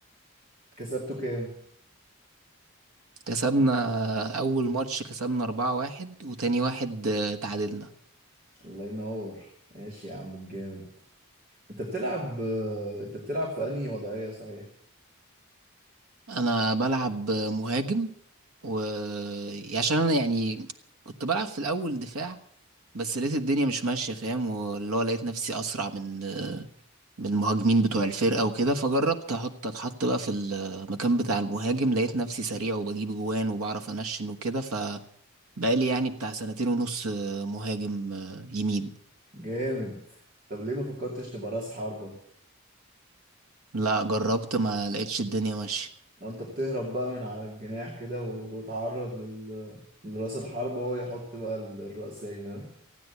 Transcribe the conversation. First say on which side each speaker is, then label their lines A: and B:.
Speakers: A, on the right; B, on the right.
A: كسبته كام
B: كسبنا أول ماتش كسبنا أربعة واحد وتاني واحد آه، تعادلنا
A: الله ينور ماشي يا عم الجامد انت بتلعب آه، انت بتلعب في انهي وضعية صحيح
B: أنا بلعب مهاجم و عشان أنا يعني كنت بلعب في الأول دفاع بس لقيت الدنيا مش ماشية فاهم واللي هو لقيت نفسي أسرع من من المهاجمين بتوع الفرقة وكده فجربت أحط أتحط بقى في المكان بتاع المهاجم لقيت نفسي سريع وبجيب جوان وبعرف أنشن وكده فبقالي يعني بتاع سنتين ونص مهاجم يمين
A: جامد طب ليه ما فكرتش تبقى راس حربة
B: لا جربت ما لقيتش الدنيا ماشية
A: انت بتهرب بقى من على الجناح كده وتعرض لل... لراس الحربة وهو يحط بقى الرأسية ها